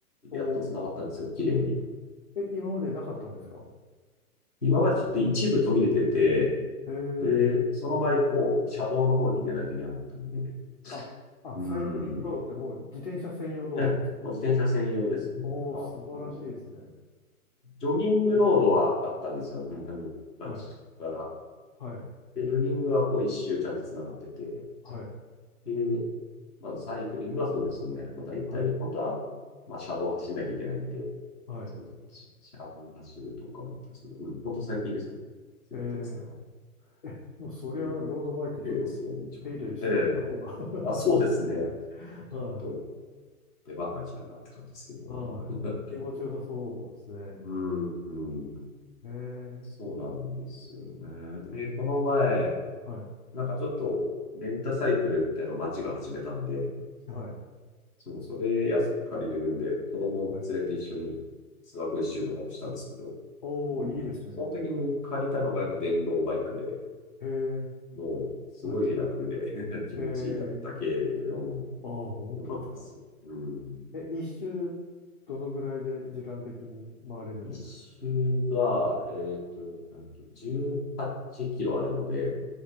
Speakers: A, on the left (about 35°); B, in the centre.
A: おー、
B: やっと繋がったんですよ。綺麗に。
A: え、今までなかったんですか
B: 今までちょっと一部途切れてて、
A: へえ。
B: で、その場合、こう、車道の方に出ないといけなかったんで、
A: あ、あ、
B: うーん。
A: サイクリングロードってもう自転車専用道路ですか
B: ええ、もう自転車専用ですね。
A: おー、
B: あの、
A: 素晴らしいですね。
B: ジョギングロードはあったんですよね。
A: へー
B: 昔から。
A: はい、はい、
B: で、ジョギングはこう一周ちゃんと繋がってて。
A: はい、
B: で、まあ、サイクリングはそうですね。まあ、大体、
A: はい、
B: 本当は、まあ、車道を走んなきゃいけないんで、
A: はい、
B: そうそう、し車道を走るとかだったんですけど、うん、本当最近ですよ。
A: はい。
B: すべて繋がっ
A: えー、え、もうそりゃロードバイクちょっと手入れし直した方が
B: て、綺麗ですよ、道も。ええあ、そうですね。
A: <laughs> いいんですかはい。
B: ちょっと、出番が来たなって感じですけど。
A: はい。
B: <laughs>
A: 気持ちよさそうですね。
B: うん、うん、
A: えー、
B: そうなんですよね。で、この前、
A: はい。
B: なんかちょっと、レンタサイクルみたいなのを街が始めたんで、
A: はい。
B: そう、それ安く借りれるんで、子供を連れて一緒に
A: はい。
B: 諏訪湖一周とかもしたんですけど、
A: おお、
B: うん、
A: いいですね。
B: そその時に借りたのがやっぱ電動バイクで、
A: へえ、
B: もうすごい楽で
A: はい。
B: <laughs> 気持ちいいだだけで、
A: ええ、
B: うん、
A: ああ、本当ですか。
B: よかったです。うん。
A: え、一周、どのぐらいで時間的に回れるんですか
B: 一周が、えっと、なんと、18キロあるので、